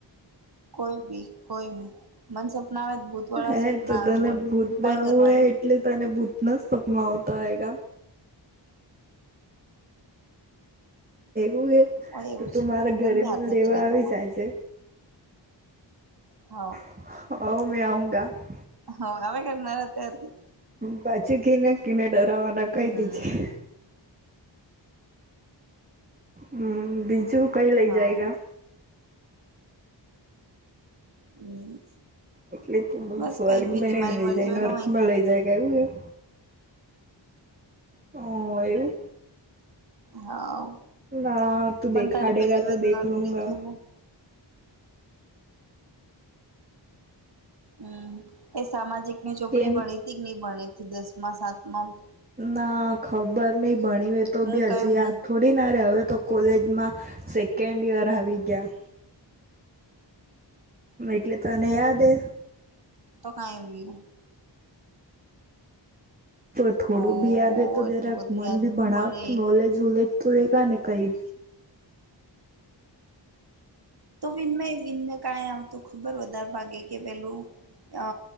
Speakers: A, on the right; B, on the right.
A: કોઈ બી કોઈ બી મન સપના આવે ભૂત વાળા
B: હે
A: સપના
B: તો
A: આવે
B: તને
A: બોલ.
B: ભૂત
A: કઈ
B: બનવું
A: કરવાનું
B: હે એટલે તને ભૂતના સપનાં આવતાં હે. એવું એ
A: ઓ એવું
B: તો
A: છે
B: તું મારા ઘરે
A: તને બી હાથે હાથે
B: રહેવા
A: લઈ
B: આવીશ
A: જાઉં
B: આજે.
A: હા.
B: <unintelligible>
A: હ આવ ક મારતે અતી-
B: બાછી <unintelligible> કઈ
A: હમ
B: દી છેે હમ બીજું કઈ લઇ
A: હા
B: જાયગ
A: હમ
B: એટલે ત બોર્કમાં
A: બસ કઈ બી નહી મારી
B: લઇ
A: મરજી
B: જાયને
A: હોય કમાઈ
B: અર્કમાં લઇ જાય એવું- હ એ-
A: હા
B: ના તું
A: પણ
B: દેખાડેગા
A: તારે પેલી
B: તો
A: વાત ન
B: દેખ લુંગા
A: દેખેલું- હમ એ સામાજિક ની ચોપડી
B: કેમ
A: ભણી હતી કે નઈ ભણી હતી દસ સાતમા-
B: ના ખબર નય ભણીવે તો
A: હું
B: બી
A: કયું
B: હજુ યાદ
A: હું
B: થોડી ડી નારે હવે તો કોલેજમાં સેકન્ડ યર આવી ગયા હ એટલે તને યાદ એ
A: તો <unintelligible>
B: તો થોડું
A: ઓ
B: બી યાદ હોય તો
A: એટલું
B: જરાક
A: બધું
B: મન
A: યાદ
B: ભી
A: નહી
B: ભણાવ
A: મળે
B: નોલેજ હોલેજ તો એ કા ને કઈ
A: તો વિનમય વિનમય કાય આવતું ખબર વધારે ભાગે કે પેલું અ